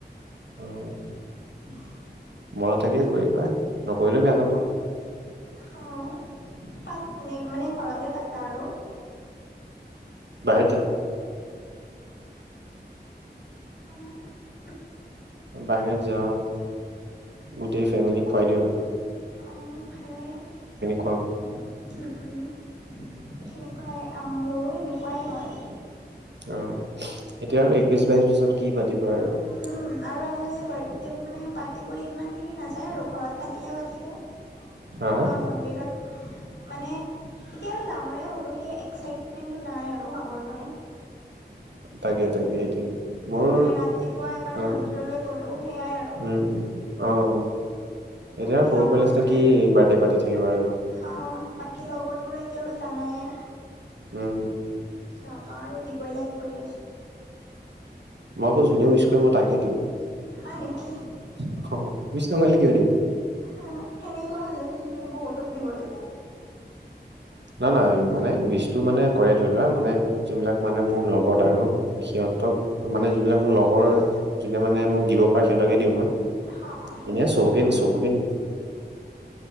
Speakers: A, on the right; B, on the left.
A: উম,
B: <inaudible>
A: মনত থাকিলে কৰিবা, নকৰিলেও বেয়া নাপাও।
B: অ, পাত এনে মানে ঘৰতে পাতা আৰু?
A: বাহিৰত যাও।
B: অ',
A: বাহিৰত যাও গোটেই ফেমেলি খুৱাই দিও একবাৰ।
B: অ, ভালে। উম-উম
A: খুৱাওঁ
B: সেনেকুৱাই মোৰো সেনেকুৱাই হয়।
A: অ, এতিয়া আৰু একৈশ, বাইশ বছৰত কি পাতিবা আৰু।
B: উম, আৰু আজিকালি বাৰ্থডে মানে পাতিবই ইমান হেই নাযায়, আৰু ঘৰত পাতিলে-পাতিলাই।
A: হা হা
B: বা মন্দিৰত। মানে এতিয়া আৰু ডাঙৰে হ'লো সেই এক্সাইটমেন্টটো নাই আৰু আগৰ দৰে।
A: তাকে-তাকে সেইটোৱে। মোৰ
B: মানে ৰাতিপুৱা এবাৰ মন্দিৰলৈ
A: অ
B: গ'লো সেয়াই আৰু।
A: উম, অ', এতিয়া
B: বাকী
A: সৰু
B: লগৰবোৰে
A: পোৱালি নিচিনা কি বাৰ্থডে পাতি থাকিবা আৰু।
B: অ, বাকী লগৰবোৰে এতিয়াওতো জানায়ে।
A: উম,
B: সিহঁতক আৰু দিবই লাগিব দিয়াচোন।
A: মই আকৌ যোনে উইছ কৰে মই তাকহে দিও, অহ,
B: হয় নেকি
A: উইছ নকৰিলে কিয় দিম।
B: অ, সেনেকুৱা হলেচোন তুমি বহুতক দিব লাগে।
A: না-না মানে উইছটো মানে কৰে ধৰি লোৱা মানে যোনবিলাক মানে মোৰ লগত আৰু সিহঁতক মানে যিবিলাক মোৰ লগৰ যোনে মানে মোক দিব পাৰে সিহঁতকে দিও মই
B: অ অ সেনে
A: এনে চবকে দিও-চবকে
B: অ
A: দিও। <inaudible>